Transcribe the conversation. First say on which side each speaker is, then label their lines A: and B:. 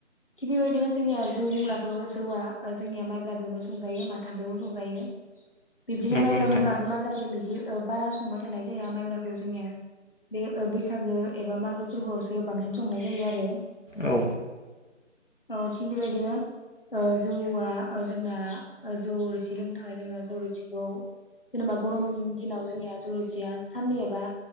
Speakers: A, on the left; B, on the left.
A: थिग बेबायदिनो जोंनिया जौ बुंब्लाथ' जौआ ओ जोंनिया माइब्रादोबो संजायो माथादोबो संजायो। बिब्दिनो
B: नंगौ
A: माइब्रा
B: नोंथां
A: बुंब्लाथ' माइब्राखौ बिदि ओ बारा संबाय थानाय जाया माइब्राखौ जोंनिया। बे ओ बैसागो एबा मागो फोरबोआवसो बांसिन संनाय जायो आरो
B: औ।
A: औ थिग बेबायदिनो। ओ जौआ ओ जोंना ओ जौ रोसि लोंनो थाखाय जोंना जौ रोसिखौ। जेनेबा गरमनि दिनाव जोंनिया जरसेया साननै एबा